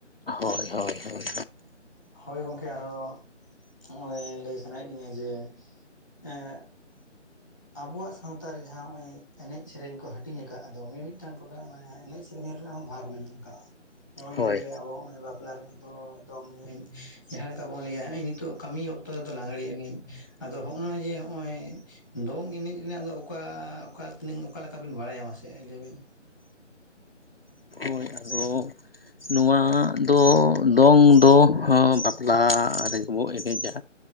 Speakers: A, on the left; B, in the centre.
A: ᱦᱳᱭ ᱦᱳᱭ ᱦᱳᱭ᱾
B: ᱦᱳᱭ ᱜᱚᱢᱠᱮ ᱟᱨᱦᱚᱸ ᱱᱚᱜᱚᱭ ᱞᱟᱹᱭ ᱥᱟᱱᱟᱭᱮᱫ ᱞᱤᱧᱟ ᱡᱮ ᱮᱸ, ᱟᱵᱚᱣᱟᱜ ᱥᱟᱶᱛᱟ ᱨᱮ ᱡᱟᱦᱟᱸ ᱱᱚᱜ ᱚᱭ ᱮᱱᱮᱡ ᱥᱮᱨᱮᱧ ᱠᱚ ᱦᱟᱹᱴᱤᱧ ᱟᱠᱟᱫ ᱫᱚ ᱢᱤᱢᱤᱫᱴᱟᱝ ᱴᱚᱴᱟ ᱮᱱᱮᱡ ᱥᱤ ᱥᱮᱨᱮᱧ ᱨᱮᱱᱟᱜ ᱦᱚᱸ ᱵᱷᱟᱜ ᱢᱮᱱᱟᱜ ᱟᱠᱟᱟᱜ ᱡᱮᱢᱚᱱ ᱱᱚᱣᱟᱵᱚ
A: ᱦᱳᱭ
B: ᱞᱟᱹᱭ ᱟ ᱟᱵᱚ ᱵᱟᱯᱞᱟ ᱨᱮ, ᱫᱚ ᱫᱚᱝ ᱮᱱᱮᱡ ᱡᱟᱦᱟᱸ ᱞᱮᱠᱟ ᱵᱚᱱ ᱞᱟᱹᱭᱟ ᱱᱤᱛᱚᱜ ᱠᱟᱹᱢᱤ ᱚᱠᱛᱚ ᱨᱮᱫᱚ ᱞᱟᱜᱽᱬᱮ ᱮᱱᱮᱡ, ᱟᱫᱚ ᱦᱚᱜᱼᱚᱭ ᱡᱮ ᱦᱚᱜᱼᱚᱭ ᱫᱚᱝ ᱮᱱᱮᱡ ᱨᱮᱱᱟᱜ ᱫᱚ ᱚᱠᱟ ᱚᱠᱟ ᱛᱤᱱᱟᱹᱝ ᱚᱠᱟ ᱞᱮᱠᱟ ᱵᱤᱱ ᱵᱟᱲᱟᱭᱟᱢᱟᱥᱮ ᱞᱟᱹᱭ ᱵᱤᱱ᱾
A: ᱦᱳᱭ ᱟᱫᱚ, ᱱᱚᱣᱟ ᱫᱚ ᱫᱚᱝ ᱫᱚ ᱵᱟᱯᱞᱟ ᱨᱮᱜᱮ ᱵᱚ ᱮᱱᱮᱡᱟ